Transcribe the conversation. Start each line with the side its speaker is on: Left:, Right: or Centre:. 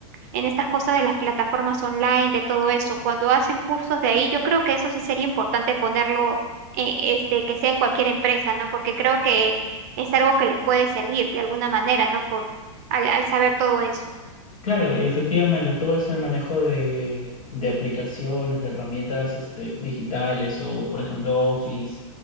Right: en estas cosas de las plataformas online, de todo eso. Cuando hacen cursos de ahí, yo creo que eso sí sería importante ponerlo, eh, este, que sea en cualquier empresa, ¿no? Porque creo que es algo que les puede servir de alguna manera, ¿no? Por, al al saber todo eso.
Left: Claro, efectivamente, todo ese manejo de, de aplicaciones, de herramientas este, digitales o, por ejemplo, Office,